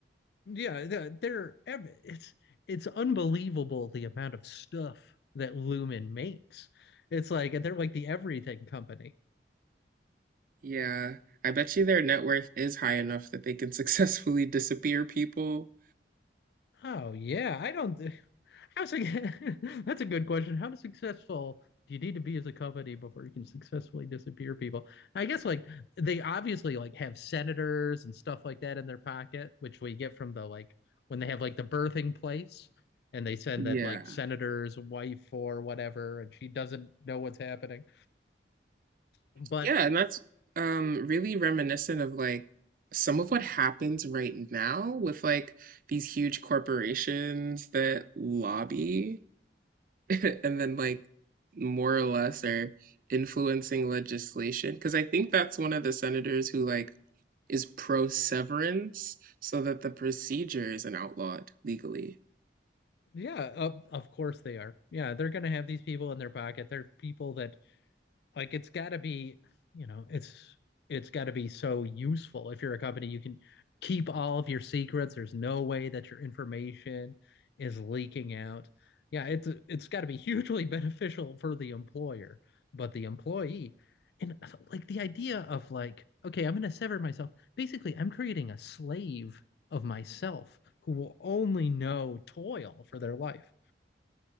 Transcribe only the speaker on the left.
yeah they're it's it's unbelievable the amount of stuff that Lumen makes. It's like and they're like the everything company.
Oh yeah, I don't. thi- How sig- <laughs> that's a good question. How successful do you need to be as a company before you can successfully disappear people? I guess like they obviously like have senators and stuff like that in their pocket, which we get from the like when they have like the birthing place and they send
that like senator's wife or whatever, and she doesn't know what's happening. But
yeah, of, of course they are. Yeah, they're gonna have these people in their pocket. They're people that Like it's got to be, you know, it's it's got to be so useful. If you're a company, you can keep all of your secrets. There's no way that your information is leaking out. Yeah, it's it's got to be <laughs> hugely beneficial for the employer, but the employee and like the idea of like, okay, I'm going to sever myself. Basically, I'm creating a slave of myself who will only know toil for their life.